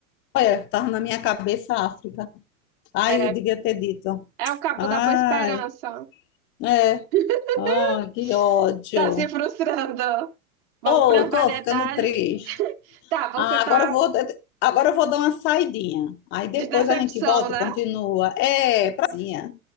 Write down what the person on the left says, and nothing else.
Olha, estava na minha cabeça a África. Ai,
eu devia ter dito.
Ai,
é,
ai, que ódio.
Tô,
tô ficando triste.
Ah,
agora eu vou, agora eu vou dar uma saidinha. Aí depois
a gente volta
e continua. É, prazinha.